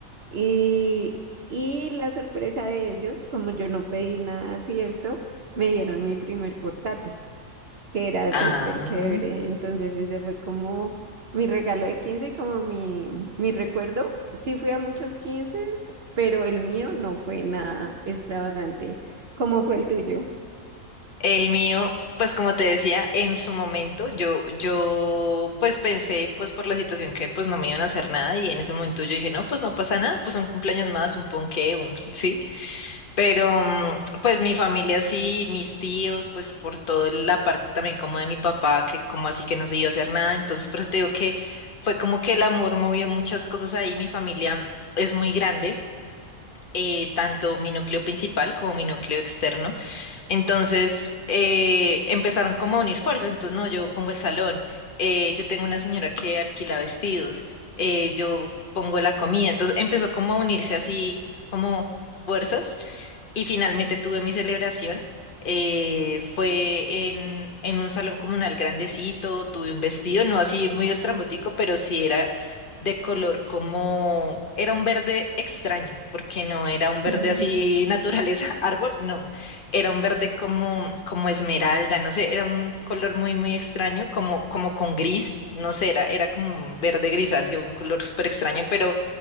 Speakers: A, on the right; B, on the left.
A: Y, y la sorpresa de ellos, como yo no pedí nada así esto, me dieron mi primer portátil que era
B: Ah.
A: súper chévere. Entonces ese fue como mi regalo de 15 y como mi, mi recuerdo. Sí fui a muchos 15 pero el mío no fue nada extravagante. ¿Cómo fue el tuyo?
B: El mío, pues como te decía, en su momento yo, yo pues pensé pues por la situación que pues no me iban a hacer nada y en ese momento yo dije, no, pues no pasa nada, pues un cumpleaños más, un ponqué, un, <laughs> sí. Pero mm, pues mi familia sí, mis tíos, pues por toda la parte también como de mi papá, que como así que no se iba a hacer nada, entonces por eso te digo que fue como que el amor movió muchas cosas ahí, mi familia es muy grande, eh, tanto mi núcleo principal como mi núcleo externo, entonces eh, empezaron como a unir fuerzas, entonces no, yo pongo el salón, eh, yo tengo una señora que alquila vestidos, eh, yo pongo la comida, entonces empezó como a unirse así como fuerzas y finalmente tuve mi celebración. eh, fue en, en un salón comunal grandecito, tuve un vestido, no así muy estrambótico, pero sí era de color como, era un verde extraño, porque no era un verde
A: <laughs>
B: así naturaleza, <laughs> árbol, no, era un verde como, como esmeralda, no sé, era un color muy, muy extraño, como, como con gris, no sé, era, era como un verde grisáceo, un color súper extraño, pero